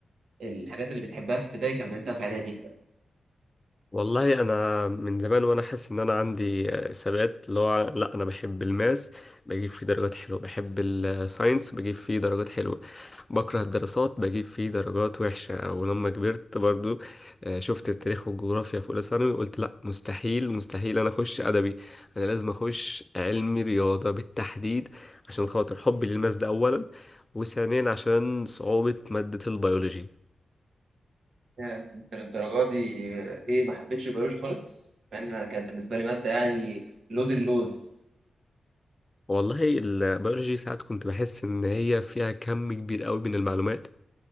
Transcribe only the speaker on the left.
والله انا من زمان وانا حاسس ان انا عندي آه، ثبات اللي هو لا انا بحب الماس بجيب فيه درجات حلوه بحب الساينس بجيب فيه درجات حلوه بكره الدراسات بجيب فيه درجات وحشه ولما كبرت برضو آه، شفت التاريخ والجغرافيا في اولى ثانوي قلت لا مستحيل مستحيل انا اخش ادبي انا لازم اخش علمي رياضه بالتحديد عشان خاطر حبي للماس ده اولا وثانيا عشان صعوبه ماده البيولوجي
والله البيولوجي ساعات كنت بحس إن هي فيها كم كبير قوي من المعلومات